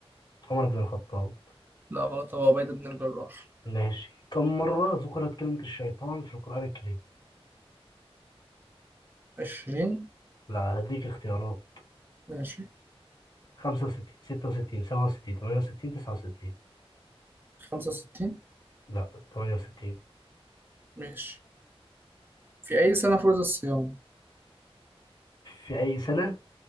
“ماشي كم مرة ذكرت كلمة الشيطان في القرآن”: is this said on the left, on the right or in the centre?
Left